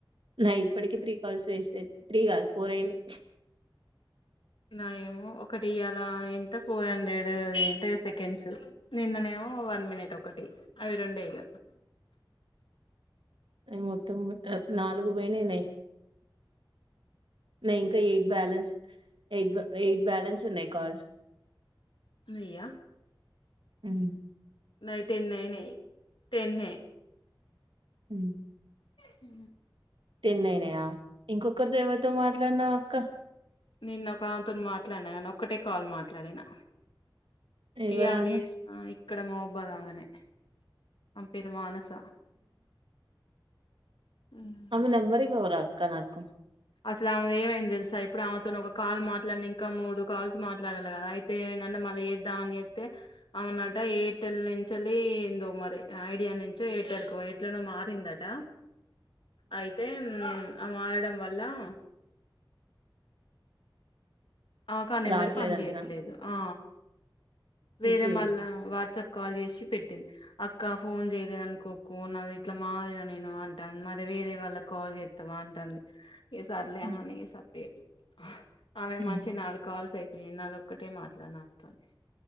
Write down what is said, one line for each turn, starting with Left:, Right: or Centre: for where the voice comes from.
Right: నాయ్ ఇప్పుటికి త్రీ కాల్స్ వేస్ట్ అయినాయి త్రీ కాదు ఫోర్ అయినాయి
Left: నా ఏమో ఒకటి ఇయ్యాల ఏంట ఫోర్ హండ్రెడ్ అది ఏంటే సెకండ్స్ నిన్ననే ఏమో వన్ మినేట్ ఒకటి అవి రెండుయ. ఇగ
Right: మొత్తం నాలుగు పోననాయి నాయ్ న ఇంకా eight balance eight eight balance ఉన్నాయి కాల్స్
Left: నియా
Right: ఉమ్
Left: నాయి టెన్ అయినయ్ టెన్
Right: ఉహు
Left: హు
Right: టెన్ అయినయా ఇంకొకరి ఎవరితో మాట్లాడినవు అ కా
Left: నిన్న ఒక ఆమెతో మాట్లాడినా కానీ ఒక్కటే కాల్ మాట్లాడినా.
Right: ఎవరామె
Left: ఇయ్యాల. చేసిన ఇక్కడ మహాబాద్ అమది పెరు మానస. ఉమ్.
Right: ఆమె నెంబర్ ఈ రా అక్కన నాకు.
Left: అసలు ఆమె ఏమైంది తెలుసా ఇప్పుడు ఆమెతో ఒక కాల్ మాట్లాడిన ఇంకా మూడు కాల్స్ మాట్లాడాలి కదా అయితే ఏమైందంటే మళ్ళీ చేద్దామని చేస్తే ఆమెనట ఎయిర్టెల్ నుంచి ఏందో మరి ఐడియా నుంచి ఎయిర్టెల్ కు ఎట్ల నో మారిందట. అయితే. హు ఆ మారడం వల్ల అలా ఆమెకు ఆ నెంబర్
Right: రాట్లేదంటనా
Left: పనిచేయట్లేదు ఆ వేరే
Right: ఓకే
Left: మల్ల వాట్సాప్ కాల్ చేసి పెట్టింది అక్క ఫోన్ చేయలేదు అనుకోకు నాది ఇట్లా మారిన నేను అంటా మరి వేరే వాళ్ళ కాల్ చేస్తావా అంటాంది ఇగ సార్లు అనేని
Right: ఉమ్,
Left: సాపు రేపు ఆమె
Right: ఉమ్.
Left: మంచి నాలుగు కాల్స్ అయి నాది ఒక్కటే మాట్లాడిన ఆమెతోని